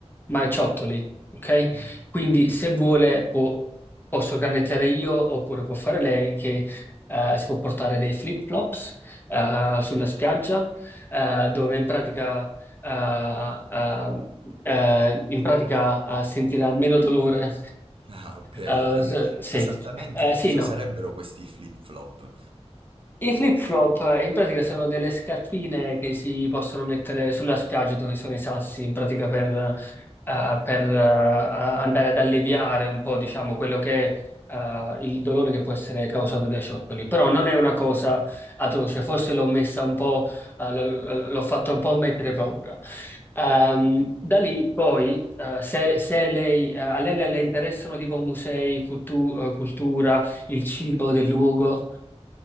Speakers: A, on the left (about 20°); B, on the right (about 50°).
A: Marciottoli, ok?
B: Ah,
A: Quindi se vuole può- posso organizzare io oppure può fare lei che eh, si può portare dei flip-flops eh, sulla spiaggia eh, dove in pratica, eh, eh, eh, in pratica eh, sentirà meno dolore.
B: ah, ok,
A: Eh,
B: ok.
A: s- sì.
B: Esattamente
A: Eh, sì,
B: cosa
A: no.
B: sarebbero questi flip-flop?
A: I flip-flop eh, in pratica sono delle scarpine che si possono mettere sulla spiaggia dove sono i sassi, in pratica per, eh, per, eh, andare ad alleviare un po', diciamo, quello che è, eh, il dolore che può essere causato dai ciottoli. Però non è una cosa atroce, forse l'ho messa un po', eh, l- l- l'ho fatta un po' mettere paura. Ehm, da lì poi, eh, se, se lei, eh, a lei le le interessano tipo musei, cultu- eh, cultura, il cibo del luogo.